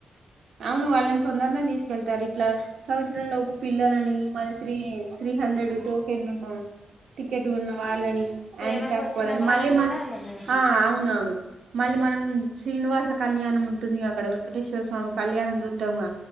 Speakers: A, on the right; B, on the left.
A: అవును వాళ్ళని తొందరనే తీసుకెళ్తారు ఇట్లా సంవత్సరం లోపు పిల్లలని మా త్రీ త్రీ హండ్రెడ్ టోకన్లున్న టికెట్ ఉన్న వాళ్ళని
B: సేవకు
A: హ్యాండిక్యాప్
B: వచ్చిన
A: వాళ్ళని
B: వాళ్ళం
A: మళ్ళీ మా
B: కూడా అలానే
A: ఆ అవును అవును మళ్ళీ మనం శ్రీనివాస కళ్యాణం ఉంటుంది అక్కడ వెంకటేశ్వర్ కళ్యాణం చూతంగా